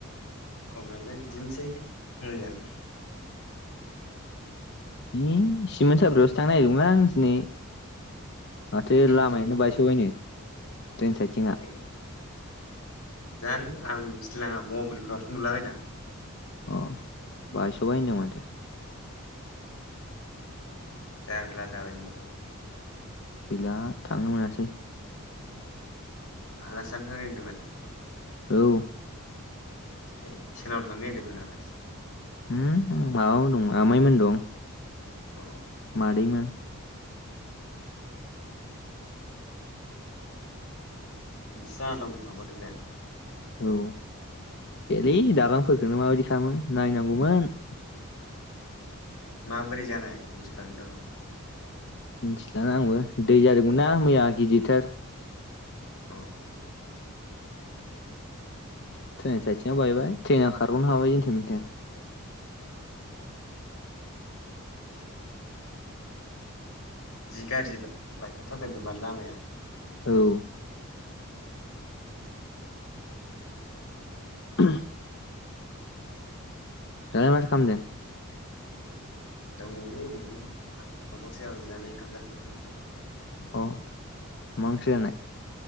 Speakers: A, on the left (about 85°); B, on the left (about 55°).
A: खबरालाय बिदिनोसै मोजाङानो। <inaudible>
B: होम सिमोन साफ्रियावसो थांनो नागिरदोंमोनलांं दिनै। माथो लामायानो
A: सेमोन साफ्रि
B: बायस'बायनो। ट्रेन साइथिंआ
A: ए जानो आं मिथिलाङा मबाइलफ्रावसो नुलाबायदां।
B: अह बायसबायनो माथो।
A: जारला जाबाय ओमबाथ'।
B: गैला थांनो मोनासै।
A: आलासि जानो थांनो नागिरदोंमोन?
B: औ
A: ए सोरनाव थांनो नागिरदोंमोन आलासि
B: उम बाबोनमोन दं आमायमोन दं।
A: अ
B: मादैमोन।
A: बिसा दं <unintelligible>
B: औ एलै दालांफोरखोनो माबायदि खालामो नायनांगौमोन।
A: माबोरै जानायाय बुस्थुआनोथ'
B: मिनथिला आंबो दै जादोंमोनना मैया गिदिरथार
A: अ
B: ट्रेन साइथिंआ बायबाय ट्रेनाव खारगनो हाबाय इन्थेन मेन्थेन।
A: जि गाज्रि बाय बायखाथारदों <unintelligible> मान लामाया।
B: औ <inaudible> <unintelligible> दालाय माथो खामदो।
A: दंङलै ओरैनो दफां सायाव जिनानै ओंखाम जाखांनानै दं।
B: अ मा ओंख्रि जानाय